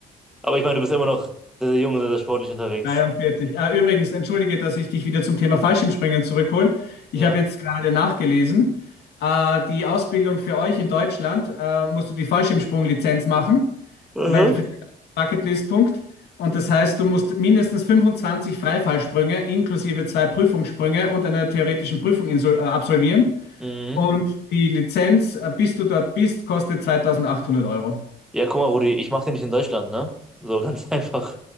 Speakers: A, in the centre; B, on the left.
A: Aber ich meine, du bist immer noch sehr, sehr jung und sehr, sehr sportlich unterwegs.
B: 43. Ah, übrigens, entschuldige, dass ich dich wieder zum Thema Fallschirmspringen zurückhole. Ich
A: Ja.
B: habe jetzt gerade nachgelesen, äh, die Ausbildung für euch in Deutschland, äh, musst du die Fallschirmsprunglizenz machen,
A: Mhm.
B: weil für den Bucketlist-Punkt. Und das heißt, du musst mindestens 25 Freifallsprünge inklusive zwei Prüfungssprünge und einer theoretischen Prüfung insol- äh, absolvieren.
A: Mhm.
B: Und die Lizenz, äh, bis du dort bist, kostet 2800 Euro.
A: Ja, guck mal, Rudi, ich mache den nicht in Deutschland, ne? So ganz <laughs> einfach.